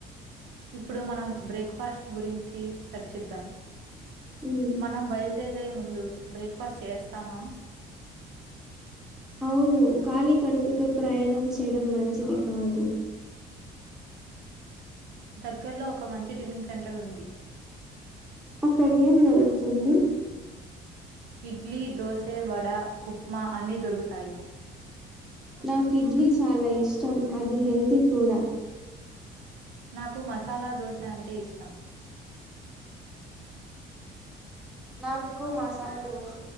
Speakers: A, on the right; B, in the centre.
A: ఇప్పుడు మనం బ్రేక్ ఫాస్ట్ గురించి చర్చిద్దాం
B: హ్మ్.
A: మనం బయలుదేరే ముందు బ్రేక్ ఫాస్ట్ చేస్తామా
B: అవును ఖళీ కడుపుతో ప్రయాణం చేయడం మంచిది కాదు
A: దగ్గర్లో ఒక మంచి టిఫిన్ సెంటర్ ఉంది
B: అక్కడ ఏం దొరుకుతుంది
A: ఇడ్లీ దోసె వడ ఉప్మా అన్నీ దొరుకుతాయి
B: నాకు ఇడ్లీ చాలా ఇష్టం అది హెల్తీ కూడా
A: నాకు మసాలా దోశ అంటే ఇష్టం
B: నాకు మసాలా దోశ